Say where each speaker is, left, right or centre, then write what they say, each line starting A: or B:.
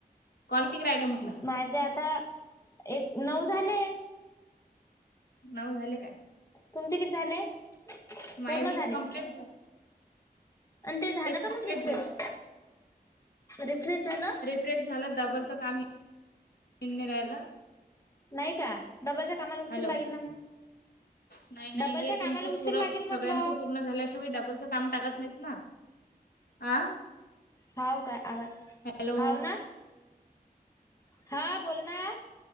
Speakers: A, on the left; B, on the left.
A: कॉल किती राहिले म्हटलं?
B: माझ्यां आंता एक नऊ झाले!
A: नव झाले काय,
B: तुंमचे किती झाले, पूर्ण
A: माय वीस
B: झाले
A: कमप्लीट
B: आणि ते झालं का
A: कंप्लीट
B: मग रिफ्रेश
A: झालं
B: रिफ्रेश झालं?
A: रिफ्रेश झाल डबलच काम येवून राहायल,
B: नाही का डबलच्या कामाला उशीर
A: हॅलो
B: लागेल ना मग.
A: नाही नाही
B: डबलच्या
A: हे
B: कामाला
A: तुमचं
B: उशीर
A: पुर
B: लागेल म्हटलो
A: सगळ्यांचं पूर्ण झाल्याशिवाय डबलचं काम टाकत नाहीत ना आ
B: हाव काय आवाज
A: हॅलो
B: हाव ना. हा बोलणार,